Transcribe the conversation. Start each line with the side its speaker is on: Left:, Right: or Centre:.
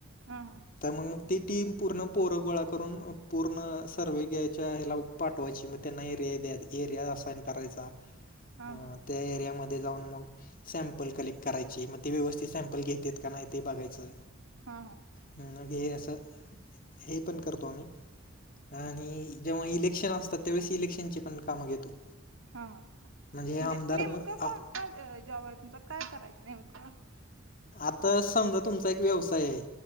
Right: हां हां.
Left: त्यामुळं ती टीम पूर्ण पोर गोळा करून, पूर्ण सर्वे घ्यायच्या ह्याला पाठवायची. मग त्यांना एरिया द्या एरिया असाइन करायचा.
Right: हा
Left: अं,
Right: हा.
Left: त्या एरियामध्ये जाऊन मग सॅम्पल कलेक्ट करायचे. मग ते व्यवस्थित सॅम्पल घेतेत का नाही ते बघायचे.
Right: हा हा.
Left: म्हणजे हे असं, हे पण करतो आम्ही. आणि जेव्हा इलेक्शन असतात, त्यावेळेस इलेक्शनची पण कामं घेतो.
Right: हा हा
Left: हे
Right: म्हणजे
Left: आमदार
Right: नेमकं कोणता
Left: आ-
Right: जॉब आहे तुमचा, काय करायचं नेमकं?
Left: आता समजा, तुमचा एक व्यवसाय आहे.